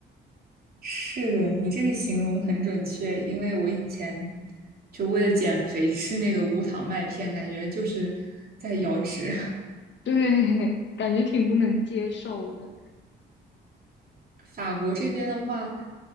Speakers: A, on the right; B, on the left.
A: 是的，你这个形容很准确，因为我以前就为了减肥吃那个无糖麦片，感觉就是在摇指。
B: <laughs> 对，感觉挺不能接受的
A: <laughs> 法国这边的话，